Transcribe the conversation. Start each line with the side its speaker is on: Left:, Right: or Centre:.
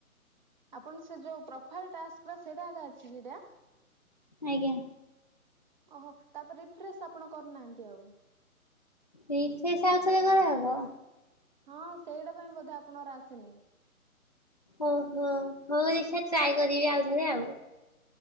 Right: ଆପଣ ସେ ଯୋଉ ପ୍ରୋଫାଇଲ ଟାସ୍ ସେଇଟାା ଅଛି ଏଟା?
Left: ଆଜ୍ଞା
Right: ଓହୋ ତାପରେ ରିଫ୍ରେଶ ଆପଣ କରୁନାହାନ୍ତି ଆଉ।
Left: ରିଫ୍ରେଶ ଆଉ ଥରେ କେ ହବ?
Right: ହଁ ସେଇଟା ପାଇଁ ବୋଧେ ଆପଣଙ୍କର ଆସିନି।
Left: ଓହୋ ହଉ ଦେଖିବା ଟ୍ରାଏ କରିବି ଆଉଥରେ ଆଉ।